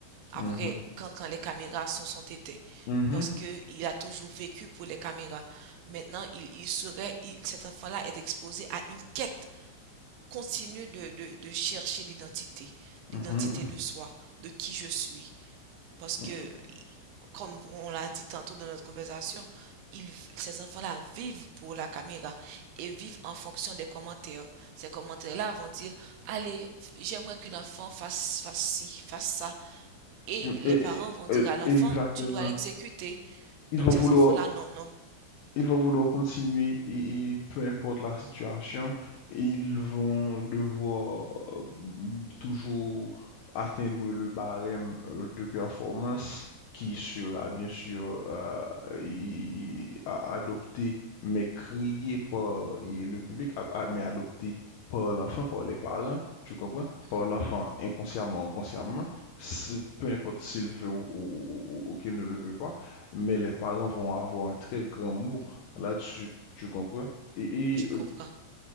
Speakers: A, on the right (about 80°); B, on the left (about 80°).
A: après,
B: Mhm,
A: quand, quand les caméras sont, sont éteintes.
B: mhm,
A: Parce qu'il a toujours vécu pour les caméras. Maintenant, il, il serait, il- cet enfant-là est exposé à une quête continue de, de, de chercher l'identité, l'identité
B: mhm, mhm,
A: de soi, de qui je suis, parce
B: mhm,
A: que, comme on l'a dit tantôt dans notre conversation, ils- ces enfants-là vivent pour la caméra et vivent en fonction des commentaires. Ces commentaires-là vont dire, allez, j'aimerais que l'enfant fasse, fasse ci, fasse ça. Et
B: mhm,
A: les
B: et-
A: parents
B: et-
A: vont dire
B: et-
A: à l'enfant,
B: exactement.
A: tu dois l'exécuter.
B: Ils
A: Donc
B: vont
A: ces
B: vouloir
A: enfants-là, non, non.
B: ils vont vouloir continuer et, et peu importe la situation, ils vont devoir euh, toujours atteindre le barème euh, de performance qui sera bien sûr euh, i- i- a- adopté, mais crié par et le public, a- a- mais adopté par l'enfant, par les parents. Tu comprends?
A: Mhm,
B: Par l'enfant inconsciemment, consciemment, si- peu importe s'il veut ou, ou- ou- ou qu'il ne le veut pas, mais les parents vont avoir un très grand mot là-dessus, tu comprends? Et,
A: je
B: et,
A: comprends.
B: euh,